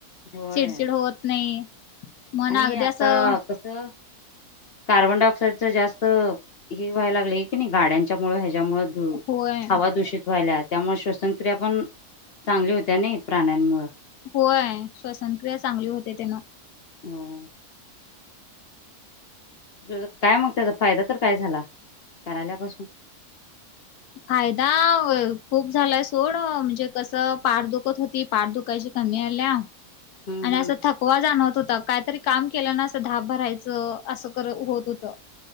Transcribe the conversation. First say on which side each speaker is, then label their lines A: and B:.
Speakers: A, on the left; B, on the left.
A: होय
B: चिडचिड होत नाही मन
A: आणि
B: अगदी
A: आता
B: असं
A: कसं? कार्बन डायआॅक्साइडचा जास्त हे व्हायला लागलंय की नाही गाड्यांच्या ह्या त्यामुळे दू
B: होय.
A: हवा दूषित व्हायलात. त्यामुळे श्वसनक्रिया पण चांगली होत्या नाही प्राणायाममुळं
B: होय श्वसनक्रिया चांगली होते त्यानं
A: होय तर काय मग त्याचा फायदा तर काय झाला करायल्यापासून
B: फायदा होय खूप झालाय सोड म्हणजे कसं पार दुखत होती पाठ दुखायची आनी आल्याव
A: हम्म
B: आणि
A: हम्म
B: असा थकवा जाणवत होता कायतरी काम केलं ना असं धाप भरायचं, असं खर होत होतं